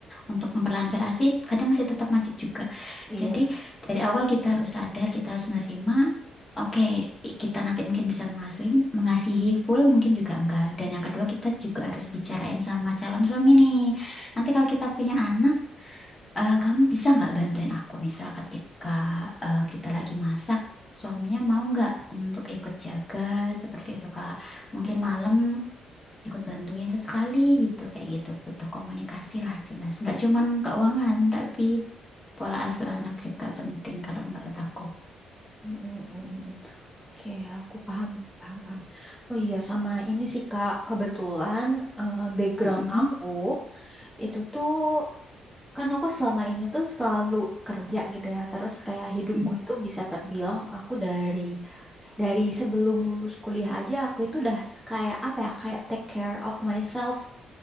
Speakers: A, on the left; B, in the centre.
A: untuk memperlancar ASI, kadang masih tetap macet juga.
B: Iya
A: Jadi dari awal kita harus sadar, kita harus nerima. Oke, kita nanti mungkin bisa mengasuhi, mengasihi full, mungkin juga enggak. Dan yang kedua, kita juga harus bicarain sama calon suami nih. Nanti kalau kita punya anak, Eh, kamu bisa nggak bantuin aku misal ketika eh, kita lagi masak, suaminya mau nggak untuk ikut jaga seperti itu Kak. Mungkin
B: Mm-mm.
A: malam ikut bantuin sesekali gitu kayak gitu. Butuh komunikasi lah jelas. Nggak cuman keuangan tapi pola asuh anak juga penting kalau menurut aku.
B: Mm-mm, mm-mm. Oke, aku paham, paham, paham. Oh iya, sama ini sih Kak, kebetulan eh, background
A: Mm-mm.
B: aku itu tuh kan aku selama ini tuh selalu kerja gitu ya. Terus kayak hidupku
A: Mm.
B: itu bisa terbilang aku dari dari sebelum lulus kuliah aja aku itu udah kayak apa ya, kayak take care of myself.